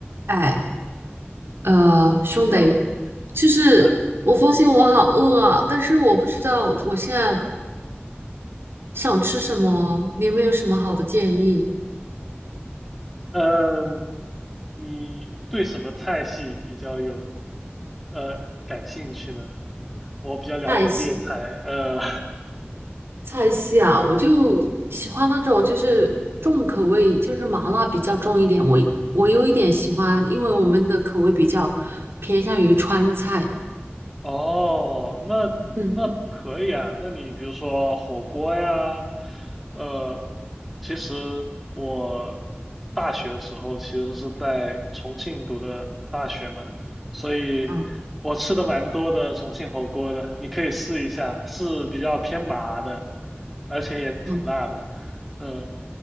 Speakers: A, on the right; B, in the centre.
A: 哎，呃，
B: 嗯，Hello，
A: 兄弟，就是我发现我好饿啊，
B: 啊
A: 但是我不知道我现在想吃什么，你有没有什么好的建议？
B: 嗯，你对什么菜系比较有呃感兴趣呢？我比较了解粤菜，
A: 菜系，
B: 呃，<laughs>
A: 菜系啊，我就喜欢那种就是重口味，就是麻辣比较重一点。我我有一点喜欢，因为我们的口味比较偏向于川菜。
B: 哦，那那可以啊。
A: 嗯
B: 那你比如说火锅呀，呃，其实我大学的时候其实是在重庆读的大学嘛，所以我吃的蛮多的重庆火锅的，
A: 嗯
B: 你可以试一下，是比较偏麻的，而且也挺辣的。
A: 嗯，
B: 嗯，